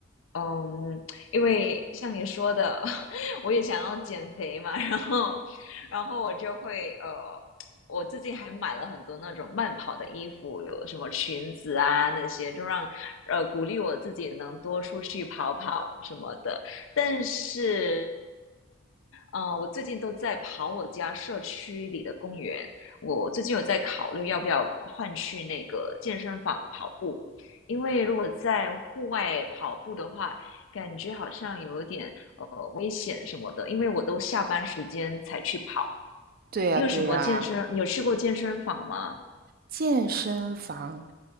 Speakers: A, on the left; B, on the right.
A: 嗯，因为像你说的，<laughs> 我也想要减肥嘛，然后，然后我就会呃，我最近还买了很多那种慢跑的衣服，有什么裙子啊那些，就让呃鼓励我自己能多出去跑跑什么的。但是嗯，呃我最近都在跑我家社区里的公园。我最近有在考虑要不要换去那个健身房跑步，因为如果在户外跑步的话，感觉好像有一点呃危险什么的。因为我都下班时间才去跑。
B: 对呀，
A: 你有什么健身？
B: 对呀，
A: 你有去过健身房吗？
B: 健身房，